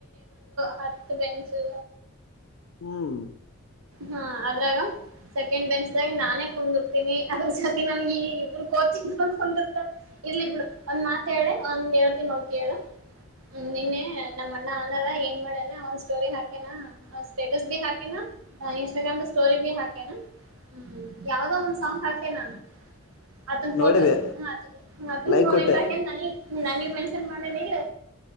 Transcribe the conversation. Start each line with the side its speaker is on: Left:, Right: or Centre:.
Right: ಹತ್ತ ಬೆಂಚು.
Left: ಹ್ಮ್.
Right: ಹಾ ಅದ್ರಾಗ. ಸೆಕೆಂಡ್ ಬೆಂಚದಾಗ್ ನಾನೇ ಕುಂದರ್ತೀನಿ ಅದ್ರ ಜೊತಿ ನನ್ಗೆ ಇಬರು ಕೋತಿ ಗಳ ಕುಂದ್ರತವೇ. ಇರ್ಲಿ ಬಿಡು ಒಂದ್ ಮಾತ್. ಹೇಳೆ ಒಂದ್ ಹೇಳ್ತಿನೋಡ ಕೇಳು ನಿನ್ನೆ ನಮ್ಮ ಅಣ್ಣ ಅನಾರ ಏನ್ ಮಾಡ್ಯನಾ ಒಂದ್ ಸ್ಟೋರಿ ಹಾಕ್ಯಾನ್ ಸ್ಟೇಟಸ್ ಬಿ ಹಾಕ್ಯಾನ್ ಇನ್ಸ್ಟಾಗ್ರಾಮ್ ದ ಸ್ಟೋರಿ ಬಿ ಹಾಕ್ಯಾನ್ ಹ್ಮ ಯಾವ್ದೋ ಒಂದ್ ಸಾಂಗ್ ಹಾಕ್ಯಾನ್. ಅತ್ತನ್ ಫೋಟ
Left: ನೋಡಿದೆ
Right: ಹ. ಅತ್ತು
Left: ಲೈಕ್
Right: ತೋಿೆ
Left: ಕೊಟ್ಟೆ
Right: ನಾನ <inaudible> ನನಿಗ ಮೆಂಷನ್ ಮಾಡ್ಯಾನಿಲ್ಲ.